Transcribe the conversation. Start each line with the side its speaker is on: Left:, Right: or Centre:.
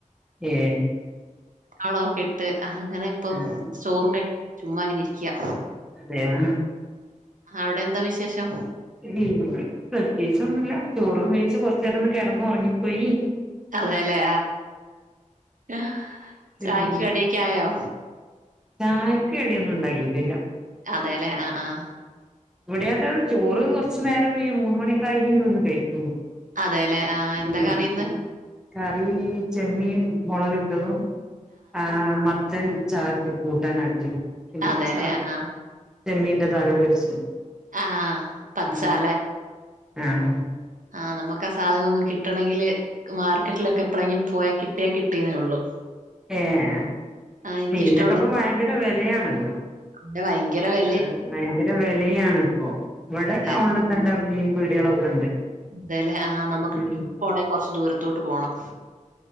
Centre: ഏഹ്
Right: അവളെ ഒർക്കീട്ട് അങ്ങനെ ഇപ്പം
Centre: ആഹ്
Right: ചോറും കയി <inaudible> ചുമ്മാ ഇങ്ങനെ ഇരിക്കാ
Centre: അതെയാ
Right: അവടെ എന്താ വിശേഷം?
Centre: <unintelligible> പ്രത്യേകിച്ച് ഒന്നുല്ല. ചോറും വേയ്ച്ച് കൊറച്ചേരം ഒന്ന് കെടന്ന് ഒറങ്ങിപ്പോയി
Right: അതെല്ലേ. ആഹ്, ചായക്ക്
Centre: ഉം
Right: കടിയൊക്കെ ആയോ?
Centre: ചായക്ക് കടിയൊന്നും ഇണ്ടാക്കിട്ടില്ല.
Right: അതേലേ. ആഹ് ആഹ്.
Centre: ഇവിടെയക്കെ ചോറ് കൊറച്ചു നേരം വൈകി മൂന്ന്‌ മണിയൊക്കായിക്ക്ന്ന് വന്ന് കയിക്കൂ
Right: അതേല്ലേ ആഹ് എന്താ
Centre: ഉം,
Right: കറിയിന്ന്?
Centre: കറി ചെമ്മീൻ മുളക് ഇിട്ടതും, ആഹ് മത്തൻ ചാർക്ക് കൂട്ടാൻ ആക്കിയതും പിന്നെ
Right: അതേല്ലേ
Centre: ച
Right: ആഹ്
Centre: ചെമ്മീന്റെ തല പൊരിച്ചതും,
Right: ആഹ്, പച്ചാല്ലേ
Centre: ഉം ആഹ്,
Right: ആഹ് നമുക്ക് ആ സാധനം ഒന്നും കിട്ടണെങ്കില്, മാർക്കറ്റിലൊക്കെ എപ്പളെങ്കിലും പോയാ കിട്ടിയാ കിട്ടീന്നേ ഉള്ളൂ,
Centre: ഏഹ്
Right: ആഹ് എനിക്കിഷ്ടമുള്ള
Centre: മീനൊക്കെപ്പം ഭയങ്കര വിലയാണല്ലോ,
Right: വ്ട ഭയങ്കര വെ
Centre: ആഹ് ഭയങ്കര വെലയാണ് ഇപ്പോ ഇവിടെ
Right: അതെ
Centre: ടൗണില മീൻ പീടികളൊക്കെ ഉണ്ട്,
Right: അതേലേ, ആഹ് നമുക്ക്
Centre: ഉം
Right: ട്രെയിനി പോണേ കൊറച്ച് ദൂരത്തോട്ട് പോണം,